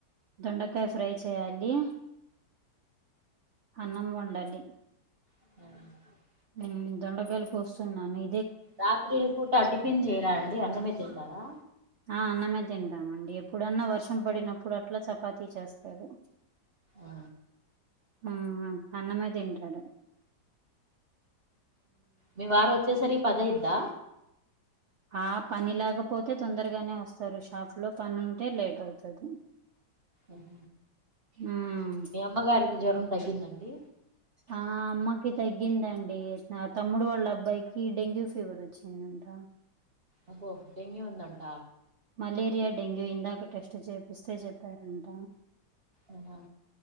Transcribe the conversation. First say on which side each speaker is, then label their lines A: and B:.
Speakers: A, on the right; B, on the right.
A: దొండకాయ ఫ్రై చేయాలి అన్నం వండాలి
B: ఉమ్మ్
A: ఉమ్మ్ దొండకాయలు కోస్తున్న నీ
B: రాత్రిలు పూట టిఫిన్ చేయరా అండి అన్నమే తింటారా
A: ఆ అన్నమే తింటామండి ఎప్పుడన్నా వర్షం పడినప్పుడు అట్లా చపాతీ చేస్తారు
B: ఆ,
A: ఉమ్మ్ ఆ అన్నమే తింటాడు
B: మీ వారు వచ్చేసరికి పది అయ్యిద్దా
A: ఆ పని లేకపోతే తొందరగానే వస్తారు షాప్‌లో పని ఉంటే లేట్ అవుతాది
B: ఆహ
A: ఉమ్
B: మీ అమ్మగారికి జ్వరం తగ్గిందండి
A: ఆ అమ్మకి తగ్గిందండి తమ్ముడు వాళ్ళ అబ్బాయికి డెంగ్యూ ఫీవర్ వచ్చిందంట
B: అబ్బొ డెంగ్యూ ఉందంట
A: మలేరియా డెంగ్యూ ఇందాకా టెస్ట్ చేపిస్తే చెప్పారంట
B: ఆహ